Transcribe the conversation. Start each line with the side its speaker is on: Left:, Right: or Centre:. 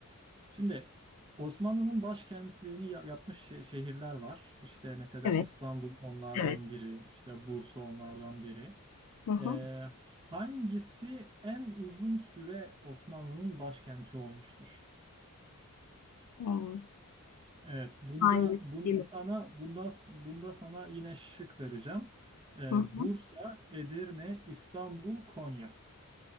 Right: Şimdi Osmanlı'nın başkentliğini ya- yapmış şe- şehirler var. İşte mesela
Left: Evet,
Right: İstanbul onlardan
Left: evet.
Right: biri, işte Bursa onlardan biri.
Left: Hı hı.
Right: Ee, hangisi en uzun süre Osmanlı'nın başkenti olmuştur?
Left: Tamam.
Right: Evet, bunda
Left: Hangisi?
Right: bunda sana bunda bunda sana yine şık vereceğim. Ee,
Left: Hı hı.
Right: Bursa, Edirne, İstanbul, Konya.